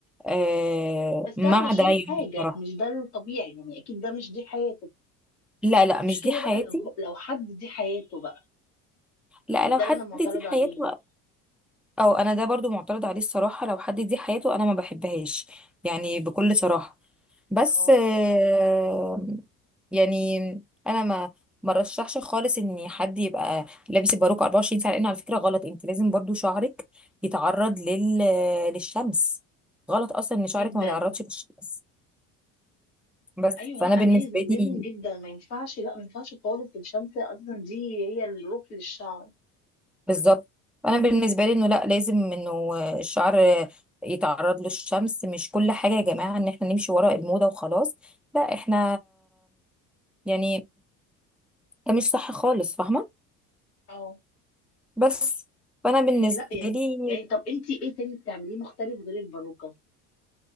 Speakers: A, in the centre; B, on the left (about 85°).
A: آه
B: بس
A: مع
B: ده علشان
A: ده يعني
B: حاجة
A: بصراحة
B: مش ده الطبيعي يعني أكيد ده مش دي حياته
A: لا لا
B: المشكلة
A: مش دي حياتي
B: بقى لو هو- لو حد دي حياته بقى
A: لا
B: يعني
A: لو
B: ده
A: حد
B: اللي أنا معترضة
A: دي حياته
B: عليه
A: او انا ده برضو معترض عليه الصراحة لو حد دي حياته انا ما بحبهاش يعني بكل صراحة بس
B: اه
A: آه يعني انا ما ما رشحش خالص ان حد يبقى لابس الباروكة 24 ساعة لانه على فكرة غلط انت لازم برضو شعرك يتعرض لل للشمس غلط اصلا ان شعرك
B: جدا
A: ما يتعرضش للشمس بس
B: أيوه
A: فانا
B: لأ
A: بالنسبة
B: لازم
A: لي
B: لازم جدا ما ينفعش لأ ما ينفعش خالص الشمس أصلا دي هي الروح للشعر
A: بالظبط انا بالنسبه لي انه لا لازم انه الشعر يتعرض للشمس مش كل حاجه يا جماعه ان احنا نمشي ورا الموضه وخلاص لا احنا يعني ده مش صح خالص فاهمه
B: اه
A: بس فانا بالنسبه
B: آه، لأ يعني
A: لي
B: يعني طب أنتي إيه تاني بتعمليه مختلف غير الباروكة؟